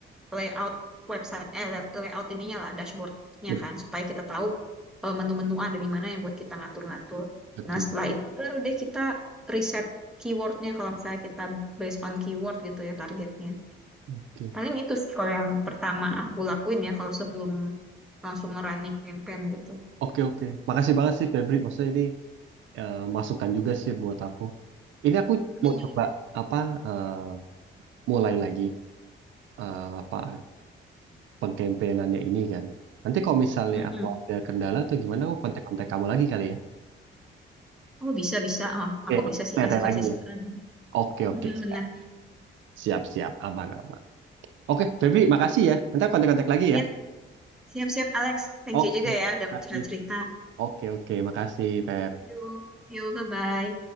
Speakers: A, in the centre; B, on the right.
A: layout website eh layout ininya lah dashboardnya
B: Bet-
A: kan supaya kita tahu eh, menu-menu ada di mana yang buat kita ngatur-ngatur.
B: Betul.
A: Nah setelah itu baru deh kita riset keywordnya kalau misalnya kita based on keyword gitu ya targetnya.
B: Oke.
A: Paling itu sih kalau yang pertama aku lakuin ya kalau sebelum langsung running campaign gitu.
B: Oke oke, makasih banget sih Febri. Maksudnya ini eh, masukan juga sih buat aku. Ini aku
A: Iya,
B: mau coba
A: iya.
B: apa eh, mulai lagi eh, apa pengkampenyannya ini kan. Nanti kalau misalnya
A: Mm-mm.
B: aku ada kendala atau gimana, aku kontak-kontak kamu lagi kali ya.
A: Oh bisa bisa, oh
B: Oke,
A: aku bisa sih
B: kontak
A: kasih
B: lagi
A: kasih
B: ya.
A: saran.
B: Oke oke,
A: Mm-mm,
B: siap
A: benar.
B: siap siap, aman aman. Oke Febri, makasih ya. Nanti aku kontak-kontak lagi
A: Iya,
B: ya.
A: siap siap Alex. Thank
B: Oke,
A: you juga ya udah
B: makasih.
A: cerita cerita.
B: Oke oke, makasih Feb.
A: Yuk, yuk, bye bye.